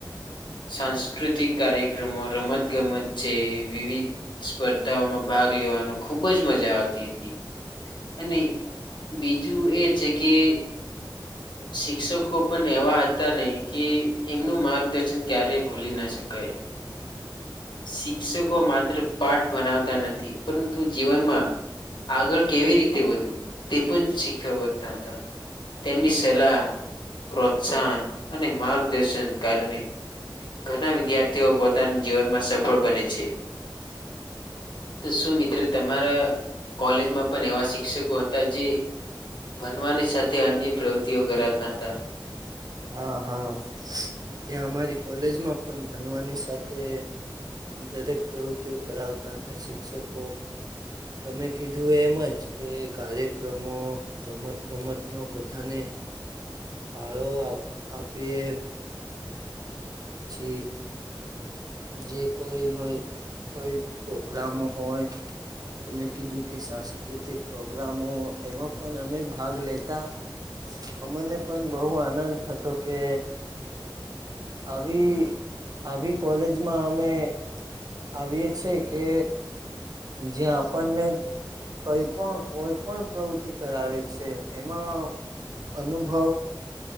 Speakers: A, on the left; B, on the right.
A: સાંસ્કૃતિક કાર્યક્રમો રમતગમત છે વિવિધ સ્પર્ધાઓમાં ભાગ ભાગ લેવાનું ખુબ જ મજા આવતી હતી અને બીજું એ છે કે શિક્ષકો પણ એવા હતા ને કે એમનું માર્ગદર્શન ક્યારેય ભૂલી ના શકાય શિક્ષકો માત્ર પાઠ ભનાવતા નથી પરંતુ જીવનમાં આગળ કેવી રીતે વધવું તે પણ શીખવતા હતા તેમની સલાહ પ્રોત્સાહન અને માર્ગદર્શન કારણે ઘણા વિદ્યાર્થીઓ પોતાના જીવનમાં સફળ બને છે તો શું મિત્ર તમારા કોલેજમાં પણ એવા શિક્ષકો હતા જે બનવાની સાથે અન્ય પ્રવૃત્તિઓ કરાવતા હતા
B: હા હા ત્યાં અમારી કોલેજમાં પણ ભનવાની સાથે દરેક પ્રવૃતિઓ કરાવતી તથ શિક્ષકો તમે કીધું એમજ કે કાર્યક્રમો રમત ગમતમાં બધાને
A: હ
B: ફાળો આપીએ પછી જે કોઈ હોય કોઈ પ્રોગ્રામ હોય તમે કીધું કે સાંસ્કૃતિક પ્રોગ્રામો એમાં પણ અમે ભાગ લેતા અમને પણ બહુ આનંદ થતો કે આવી આવી કોલેજમાં અમે આવીએ છે કે જ્યા આપણને કઈ પણ કોઈ પણ પ્રવૃતિ કરાવે છે એમાં અનુભવ